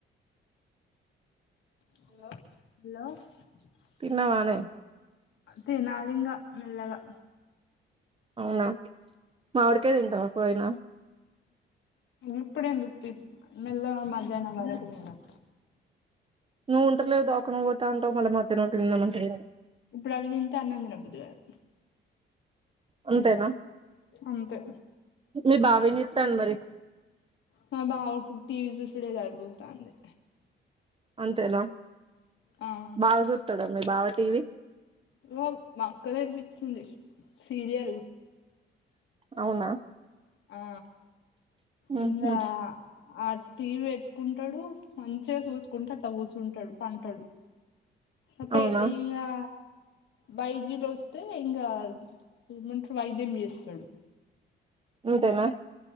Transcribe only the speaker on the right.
తిన్నవానే
అవునా మావిడికాయ్ తింటావా కోయినా
నువ్వు ఉంటలేవ్ దోకన పోత అంటావ్ మళ్ళ మధ్యనం తిందమంటున్నవ్
అంతేనా
మీ బావెం జెత్తండు మరీ
అంతేనా
బాగా చూత్తాడా మీ బావ టీవీ
అవునా
ఉహు
అవునా
అంతేనా